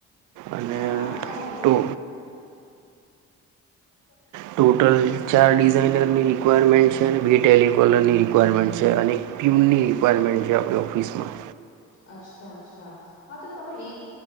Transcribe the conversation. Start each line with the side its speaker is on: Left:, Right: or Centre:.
Right: અને
Left: હા ચાલે એ
Right: ટો.
Left: સપનું.
Right: ટોટલ ચાર ડિઝાઇનરની રિક્વાયરમેન્ટ છે અને બે ટેલિકલરની રિક્વાયરમેન્ટ છે અને પ્યુનની રિક્વાયરમેન્ટ છે આપણી ઓફિસમાં.
Left: અચ્છા અચ્છા. હા તો તમે એક